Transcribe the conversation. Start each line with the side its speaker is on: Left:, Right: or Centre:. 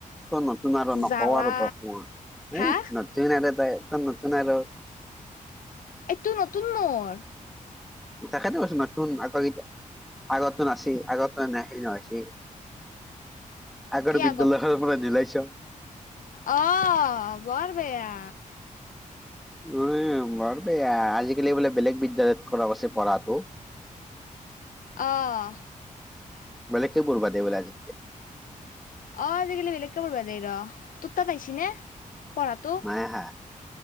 Centre: নতুন আৰু নকওঁ
Left: জ্বালা
Centre: আৰু তই কোৱা
Left: হা
Centre: এ নতুন লগে তাইক। <unintelligible>
Left: এইটো নতুন মুৰ।
Centre: তকেটো কৈছোঁ নচন আ ক <unintelligible> আগতটো নচিল আগত হেই নহয় সেই আগৰ
Left: কি
Centre: বিদ্যালয়
Left: আগত
Centre: খনৰ পৰা দিলাইছো।
Left: অ বৰ বেয়া।
Centre: ঐ মন বেয়া আজিকালি বোলে বেলেগ বিদ্যালয়ত খৰব আছে পঢ়াটো
Left: অহ
Centre: বেলেগ কে বল বাদদে বোলে আজি
Left: অ আজিকালি বেলেগকে পঢ়বা যাই ৰ তোৰ তাত আহিছি নে পঢ়াটো
Centre: নাই আহা